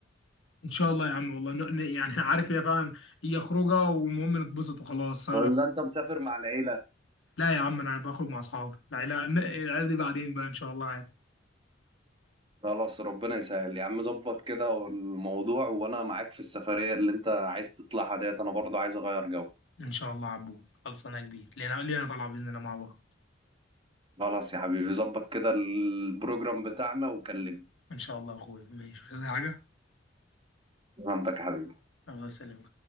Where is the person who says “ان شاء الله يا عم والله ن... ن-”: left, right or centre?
Left